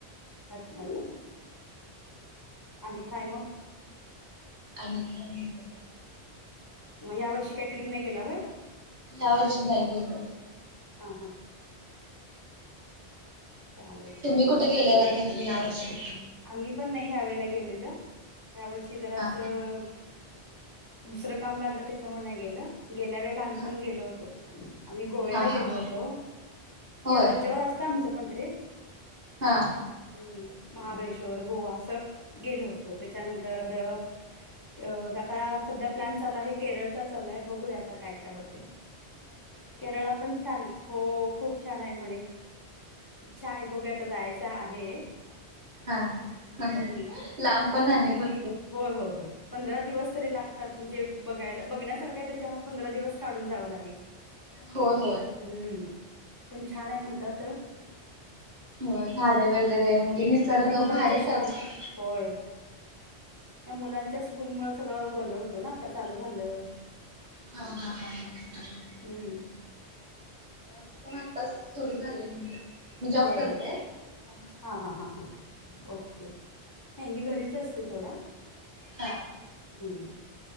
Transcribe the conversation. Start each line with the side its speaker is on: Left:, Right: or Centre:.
Left: अच्छा अच्छा. आणि काय मग?
Right: आणि काय बगा
Left: म या वर्षी काय ट्रिप नाही गेला होय
Right: यावर्षी नाय गेलो
Left: हां हां चालेल चालेल
Right: तुम्ही कुठे गेलेला की नाही या वर्षी
Left: आम्ही पण नाही ह्यावेेळेला गेलेलं ह्या वर्षी जरा
Right: हा
Left: असं दुसरं काम लागलं त्याच्यामुळ नाही गेलं गेल्या वेळेला आम्ही
Right: हा
Left: पण गेलो होतो आम्ही गोव्याला
Right: हा
Left: गेलो
Right: हा हा
Left: होतो <unintelligible>
Right: होय
Left: वरच्यावर असतं आमचं पण ट्रिप
Right: हा
Left: हम्म महाबळेश्वर गोवा असं गेलो होतो त्याच्यानंतर अ.. अ आता सध्या प्लॅन चालू आहे केरळ चा चालाय बघूयात आता काय काय होतंय केरळला पण छान आहे हो.. खूप छान आहे म्हणे इच्छा आहे बघुयात आता जायचं आहे
Right: हा ह-ह-ह
Left: हम्म.
Right: लांब पण आहे भर
Left: होय होय होय पंधरा दिवस तरी लागतात म्हणजे बघायला-बघण्यास सारखं आहे त्यामुळं पंधरा दिवस काढून जावं लागेल
Right: होय होय
Left: हम्म पण छान आहे म्हणतात
Right: होय झाडे वगैरे
Left: हम्म.
Right: म्हणजे निसर्ग
Left: आता मुलांच
Right: भारी
Left: शाळा
Right: चालतं
Left: होय. या मुलांच्या स्कूलमुळं सगळं गोंधळ होतो ना आता चालू झालं
Right: हा हा हा हा ह
Left: हम्म.
Right: आमचं पण आत्ताच सुरू झाले नाही मी जॉब
Left: होय,
Right: करते
Left: होय.
Right: त्यामुळं
Left: हां, हां, हां, हां. ओके नाही मी घरीच असते सोडा
Right: हा
Left: हम्